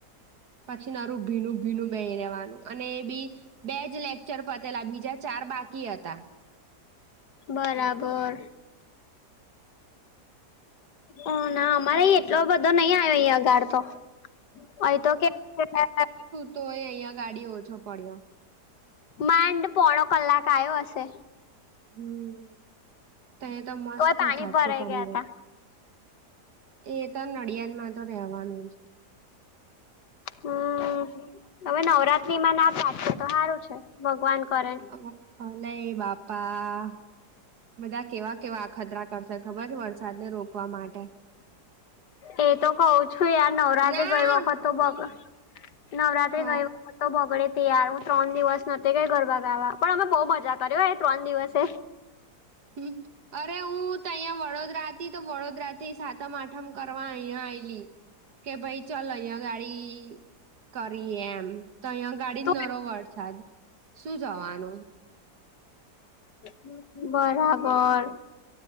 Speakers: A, on the right (about 70°); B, on the left (about 80°).
A: -પછી નારું ભીનું ભીનું બેઈ રેવાનું અને એ બી બેજ લેક્ચર પતેલા બીજા ચાર બાકી હતા!
B: બરાબર ઓ ના અમારે અહીં એટલો બધો નહી આયો અહીંયા ગાળ તો આઈ તો કે <unintelligible>
A: તોય અહિયાં ગાડી ઓછો પડ્યો.
B: માંડ પોણો કલાક આવ્યો હશે.
A: હમમ તહીં એ તો મસ્ત
B: તોય પાણી
A: જપતું
B: ભરાઈ
A: પડી
B: ગયા
A: ગયું
B: તા
A: એ તો નડિયાદમાં તો રહેેવાનું જ
B: હમ હવે નવરાત્રી માં ના પાટો તો સારું છે ભગવાન કરે
A: અમુક- અ નહીં બાપા બધા કેવા કેવા અખતરા કરશે ખબર છે વરસાદ ને રોકવા માટે
B: એ તો કઉં છું યાર નવરાત્રી
A: ના
B: ગઈ વખત તો બગ નવરાત્રી
A: હ
B: ગઈ વખત તો બગડે ત્યારે હું ત્રણ દિવસ નહતી ગઈ ગરબા ગાવા પણ અમે બહુ મજા કર્યો એ ત્રણ દિવસે
A: હમ અરે હું તો અહિયાં વડોદરા હતી. તો વડોદરાથી સાતમ આઠમ કરવા અહીંયા આઈલી કે ભાઈ ચાલ અહીં ગાડી કરી એ એમ તો અહિયાં ગાડી
B: તું
A: જ ન રો વરસાદ શું જવાનો
B: <inaudible> બરાબર